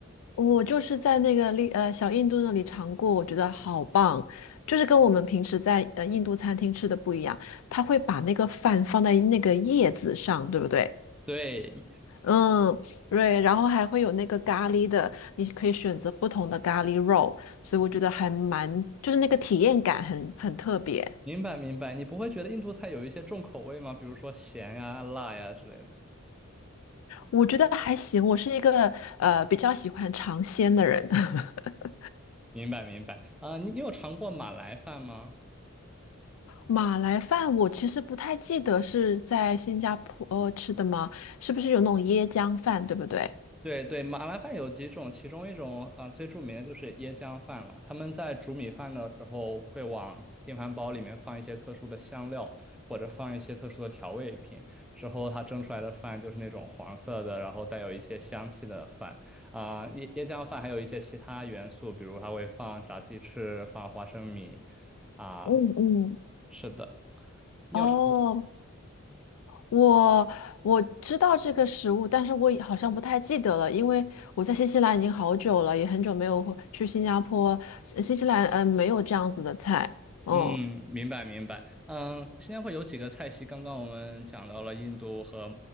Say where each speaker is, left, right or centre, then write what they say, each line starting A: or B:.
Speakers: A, on the left; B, in the centre.
A: 我就是在那个利呃小印度那里尝过，我觉得好棒，就是跟我们平时在呃印度餐厅吃的不一样，他会把那个饭放在那个叶子上，对不对？
B: 对，
A: 嗯，对，然后还会有那个咖喱的，你可以选择不同的咖喱肉，所以我觉得还蛮，就是那个体验感很很特别。
B: 明白明白，你不会觉得印度菜有一些重口味吗？比如说咸呀、辣呀之类的。
A: 我觉得还行，我是一个呃比较喜欢尝鲜的人。<laughs>
B: 明白明白。啊、你你有尝过马来饭吗？
A: 马来饭我其实不太记得是在新加坡呃吃的吗？是不是有那种椰浆饭，对不对？
B: 对对，马来饭有几种，其中一种啊、呃最著名的就是椰浆饭了。他们在煮米饭的时候，会往电饭煲里面放一些特殊的香料，或者放一些特殊的调味品。之后它蒸出来的饭就是那种黄色的，然后带有一些香气的饭啊、椰椰浆饭还有一些其他元素，比如它会放炸鸡翅，放花生米啊、
A: 嗯嗯，
B: 是的，尿。
A: 哦，
B: 有尝
A: 我我知道这个食物，但是我也好像不太记得了，因为我在新西兰已经好久了，也很久没有回去新加坡。呃新西兰嗯、呃没有这样子的菜，嗯
B: 嗯，明白明白。嗯，新加坡有几个菜系，刚刚我们讲到了印度和